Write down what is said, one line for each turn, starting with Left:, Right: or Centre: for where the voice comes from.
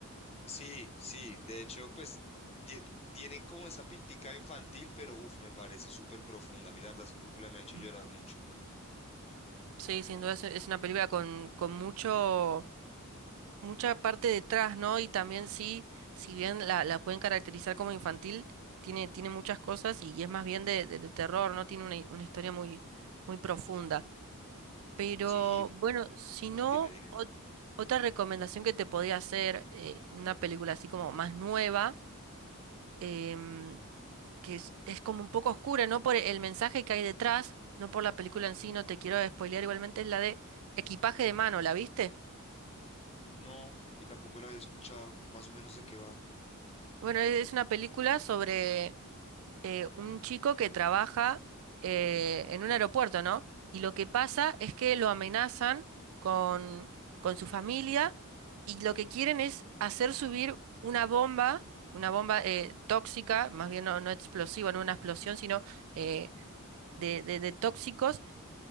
Left: Sí, sí, de hecho pues tie- tiene como esa pintica infantil, pero uff, me parece súper profunda. A mí la verdad esa película me ha hecho
Right: Mm.
Left: llorar mucho.
Right: Sí, sin duda es, es una película con, con mucho, mucha parte detrás, ¿no? Y también sí, si bien la, la pueden caracterizar como infantil, tiene, tiene muchas cosas y es más bien de, de- de terror, ¿no? Tiene una, hi- una historia muy, muy profunda. Pero
Left: Sí,
Right: bueno, si no,
Left: dime, dime.
Right: ot- otra recomendación que te podría hacer, eh, una película así como más nueva. em, que es, es como un poco oscura, no por el mensaje que hay detrás, no por la película en sí, no te quiero spoilear igualmente, es la de Equipaje de mano, ¿la viste?
Left: No, y tampoco la había escuchado, más o menos de qué va.
Right: Bueno, es es una película sobre eh, un chico que trabaja eh, en un aeropuerto, ¿no? Y lo que pasa es que lo amenazan con, con su familia y lo que quieren es hacer subir una bomba, una bomba eh, tóxica, más bien no, no explosiva, no una explosión, sino eh, de, de de tóxicos